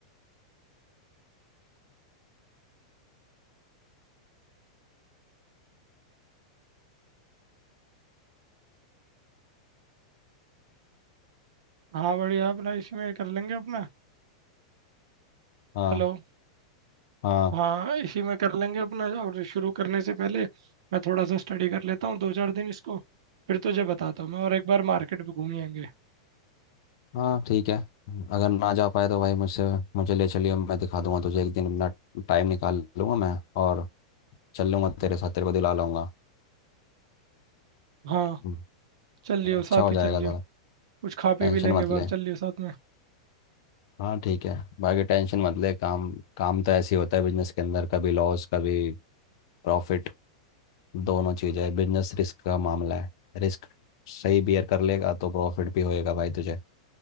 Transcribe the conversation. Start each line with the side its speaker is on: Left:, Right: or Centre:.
Right: हाँ, बढ़िया अपना इसमें कर लेंगे अपना
Left: हाँ
Right: हेलो
Left: हाँ
Right: हाँ इसी में कर लेंगे अपना और शुरू करने से पहले मैं थोड़ा सा स्टडी कर लेता हूँ दो चार दिन इसको फिर तुझे बताता हूँ मैं और एक बार मार्केट भी घूम ही आएंगे
Left: हाँ ठीक है अगर ना जा पाए तो भाई मुझसे मुझे ले चलियो मैं दिखा दूंगा तुझे एक दिन अपना टाइम निकाल लूंगा मैं और चल लूंगा तेरे साथ तेरे को दिला लाऊंगा
Right: हाँ
Left: हम्म,
Right: चल लियो
Left: अच्छा
Right: साथ
Left: हो
Right: ही
Left: जाएगा
Right: चल लियो
Left: ज़रा
Right: कुछ खा पी
Left: टेंशन
Right: भी लेंगे
Left: मत
Right: बाहर
Left: ले
Right: चल लियो साथ में
Left: हाँ ठीक है बाकी टेंशन मत ले काम काम तो ऐसे ही होता है बिजनेस के अंदर कभी लॉस कभी प्रॉफिट दोनों चीज़ है बिजनेस रिस्क का मामला है रिस्क सही बियर कर लेगा तो प्रॉफिट भी होएगा भाई तुझे